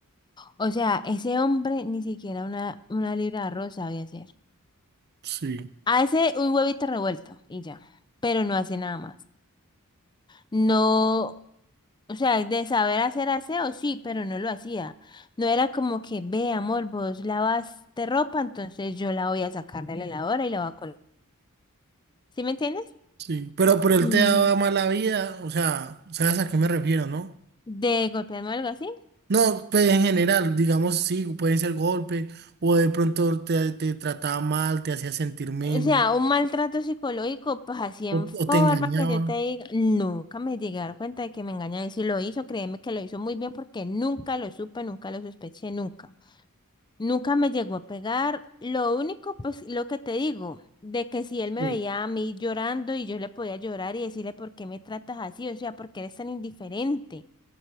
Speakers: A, on the left; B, on the right.
A: O sea, ese hombre ni siquiera una, una libra de arroz sabía hacer.
B: Sí,
A: Hace un huevito revuelto y ya, pero no hace nada más. No, o sea, de saber hacer aseo, sí, pero no lo hacía. No era como que, ve, amor, vos lavaste ropa, entonces yo la voy a sacar de la lavadora y la voy a colgar. ¿Sí me entiendes?
B: sí. Pero, pero él
A: Mm,
B: te daba mala vida, o sea, ¿sabes a qué me refiero, no?
A: De golpearme o algo así.
B: No, pues en general, digamos, sí, pueden ser golpes, o de pronto te, te trataba mal, te hacía sentir menos,
A: O sea, un maltrato psicológico, pues así en
B: o,
A: forma
B: o te engañaba.
A: que yo te diga, nunca me llegué a dar cuenta de que me engañaba. Y si lo hizo, créeme que lo hizo muy bien porque nunca lo supe, nunca lo sospeché, nunca. Nunca me llegó a pegar. Lo único, pues lo que te digo, de que si él me
B: Sí,
A: veía a mí llorando y yo le podía llorar y decirle, ¿por qué me tratas así? O sea, ¿por qué eres tan indiferente?